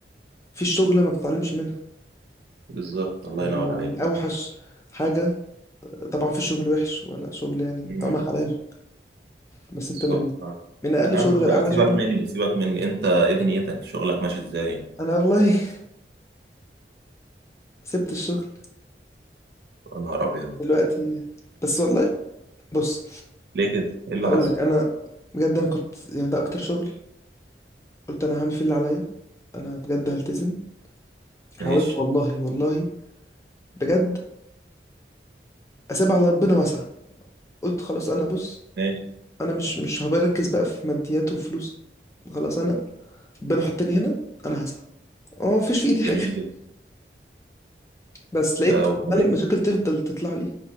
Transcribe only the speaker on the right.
بالظبط الله
ينور
عليك
مم.
بالظبط
آه.
يا
عم
سيبك
مني سيبك مني انت ايه دنيتك شغلك ماشي ازاي
يا نهار ابيض
ليه كده ايه اللي
حصل
ماشي
ماشي
جميل
جدا
ف- وبعدين